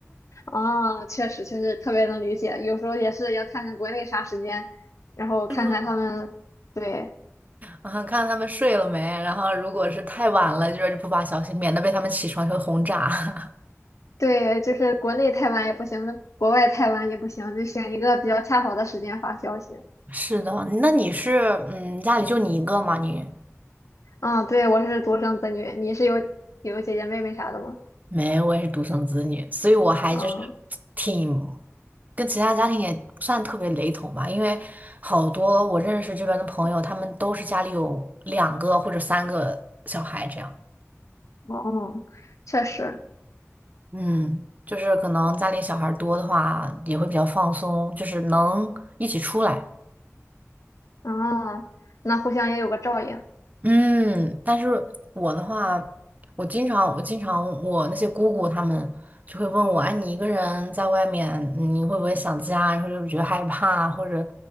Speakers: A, on the left; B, on the right.
A: 啊、确实，确实特别能理解。有时候也是要看看国内啥时间，然后看看他们。
B: <laughs>
A: 对
B: 啊，看他们睡了没，然后如果是太晚了，就是不发消息，免得被他们起床会轰炸。
A: 对，就是国内太晚也不行，国外太晚也不行，就选一个比较恰好的时间发消息。
B: <laughs> 是的，那你是嗯，家里就你一个吗？你
A: 嗯，对，我是独生子女，你是有有姐姐妹妹啥的吗？
B: 没，我也是独生子女，所以我还就是
A: 嗯，
B: 挺跟其他家庭也不算特别雷同吧，因为好多我认识这边的朋友，他们都是家里有两个或者三个小孩这样。
A: 哦，确实，
B: 嗯，就是可能家里小孩儿多的话，也会比较放松，就是能一起出来。
A: 啊，那互相也有个照应
B: 嗯，但是我的话，我经常，我经常，我那些姑姑她们就会问我，哎，你一个人在外面，你会不会想家？然或者觉得害怕，或者